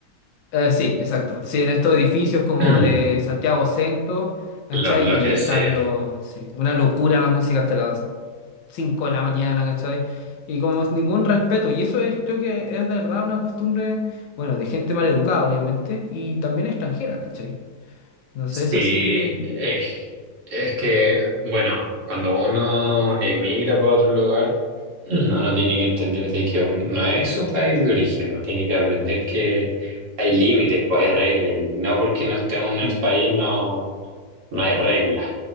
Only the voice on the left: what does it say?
Eh, sí, exacto. Sí, en estos edificios como
de Santiago Centro, ¿cachai?
Y está,
pero sí, una locura la música hasta las 5 de la mañana, ¿cachai? Y como es ningún respeto. Y eso es, creo que es de verdad una costumbre, bueno, de gente mal educada, obviamente, y también extranjera, ¿cachai? Entonces,
eso sí.
mm,